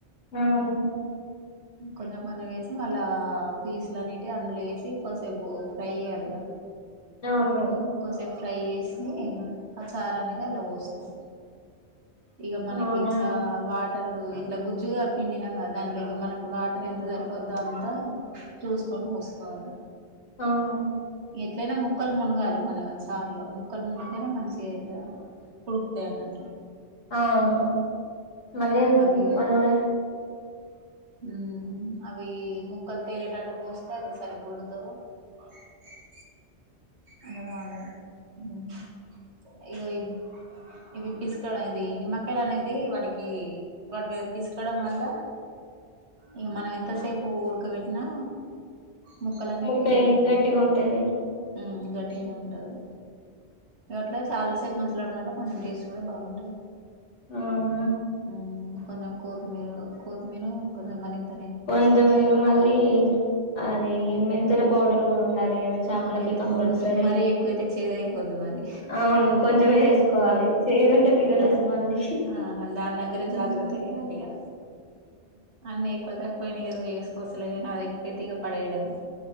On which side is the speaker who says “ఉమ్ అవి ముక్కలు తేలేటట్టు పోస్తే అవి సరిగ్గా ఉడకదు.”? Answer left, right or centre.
Right